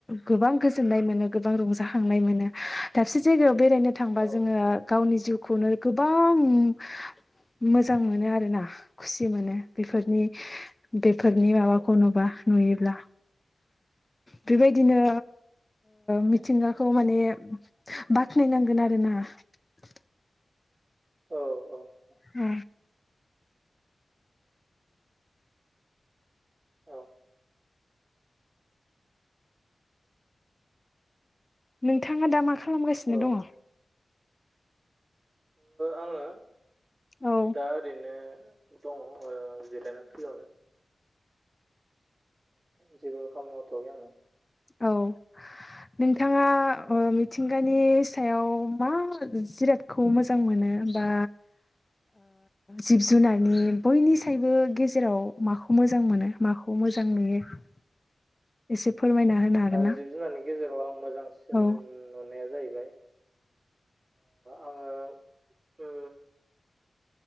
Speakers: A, on the left; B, on the right.
A: गोबां गोजोननाय मोनो गोबां रंजाखांनाय मोनो। दाबसे जायगायाव बेरायनो थांबा
B: औ
A: जोङो गावनि जिउखौनो गोबां। मोजां मोनो आरो ना खुसि मोनो बेफोरनि। बेफोरनि माबाखौ
B: औ
A: नुबा नुयोब्ला। बेबायदिनो मिथिंगाखौ माने। बाख्नायनांगोन आरोना ।
B: औ औ।
A: औ।
B: औ।
A: नोंथाङा दा मा खालामगासिनो
B: औ
A: दङ'
B: आङो
A: औ
B: दा ओरैनो दङ' जिरायना फ्रियावनो जेबो खामानि मावथ'वाखै आङो।
A: औ नोंथाङा
B: औ
A: मिथिंगा । नि सायाव मा जिरादखौ मोजां मोनो बा। जिब जुनारनि बयनिसायबो गेजेराव माखौ मोजां मोनो माखौ मोजां नुयो। <inaudible> एसे। फोरमायना होनो हागोन ना
B: जिब जुनारनि गेजेराव आं मोजांसिन
A: औ
B: नुनाया जायो। आङो।